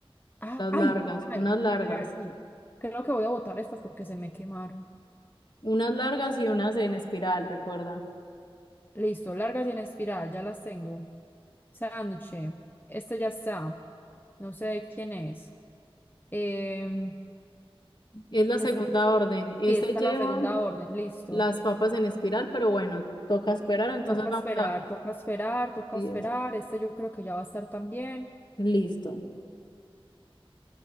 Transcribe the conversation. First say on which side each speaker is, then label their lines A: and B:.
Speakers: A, on the left; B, on the left.
A: Ah,
B: Las
A: ay,
B: largas, unas
A: ay,
B: largas.
A: eh, ay. Creo que voy a botar estas porque se me quemaron.
B: Unas largas y unas en espiral, recuerda.
A: Listo, largas y en espiral, ya las tengo. Sánchez, este ya está. No sé quién es. Em,
B: Es la
A: es-
B: segunda orden. Esta
A: sí, esta
B: lleva
A: es la segunda orden, listo.
B: las papas en espiral, pero bueno, toca esperar. Entonces
A: Toca
B: vamos
A: esperar,
B: a...
A: toca esperar, toca
B: 10
A: esperar. Este yo creo que ya va a estar también.
B: Listo.